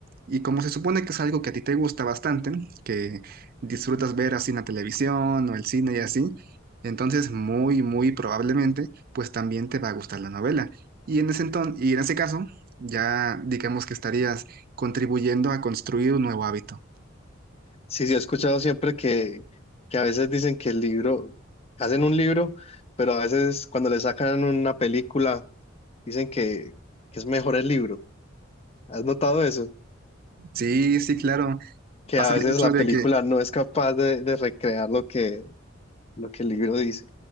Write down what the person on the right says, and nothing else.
Y como se supone que es algo que a ti te gusta bastante, que disfrutas ver así en la televisión o el cine y así, entonces muy, muy probablemente pues también te va a gustar la novela. Y en ese entonces, y en ese caso, ya digamos que estarías contribuyendo a construir un nuevo hábito.
Sí, sí, claro.
Pasa
mucho
de
que